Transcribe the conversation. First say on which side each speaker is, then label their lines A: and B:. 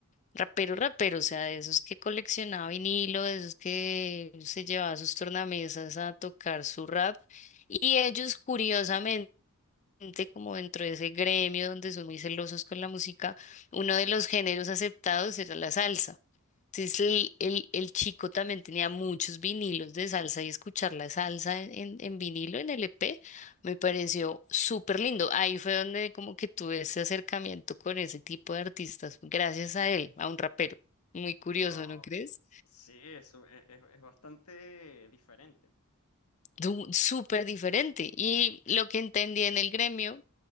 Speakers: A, on the left; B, on the left.
A: rapero, rapero, o sea, de esos que coleccionaba vinilo, de esos que se llevaba sus tornamesas a tocar su rap. Y ellos, curiosamente, como dentro de ese gremio donde son muy celosos con la música, uno de los géneros aceptados era la salsa. Entonces el, el, el chico también tenía muchos vinilos de salsa y escuchar la salsa en, en, vinilo, en LP, me pareció súper lindo. Ahí fue donde como que tuve ese acercamiento con ese tipo de artistas, gracias a él, a un rapero. Muy curioso,
B: Wow,
A: ¿no crees?
B: sí, eso es, es- es bastante diferente.
A: Du- Súper diferente. Y lo que entendí en el gremio